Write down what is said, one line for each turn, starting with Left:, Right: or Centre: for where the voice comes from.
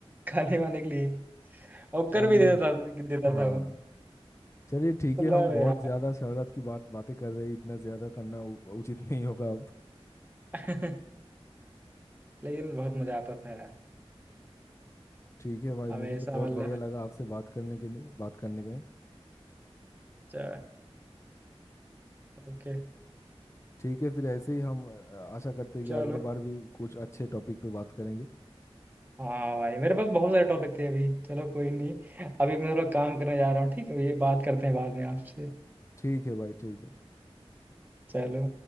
Right: खाने वाने के लिए और
Left: चलिए
Right: कर भी देता था देता
Left: हाँ
Right: था वो
Left: चलिए ठीक
Right: मतलब
Left: है हम बहुत
Right: यार
Left: ज्यादा शरारत की बात बातें कर रहे हैं इतना ज्यादा करना उ- उचित <laughs> नहीं होगा अब
Right: <laughs> लेकिन बहुत मजा आता था यार
Left: ठीक है भाई
Right: हमेशा
Left: मुझे तो बहुत
Right: मतलब
Left: बढ़िया लगा आपसे बात करने के लिए बात करने में
Right: अच्छा ओके
Left: ठीक है फिर ऐसे ही हम अ, आशा करते हैं
Right: चलो
Left: कि अगले बार भी कुछ अच्छे टॉपिक पे बात करेंगे
Right: हाँ भाई मेरे पास बहुत सारे टॉपिक थे अभी चलो कोई नहीं अभी मैं थोड़ा काम करने जा रहा हूँ ठीक है ये बात करते हैं बाद में आपसे
Left: ठीक है भाई ठीक है
Right: चलो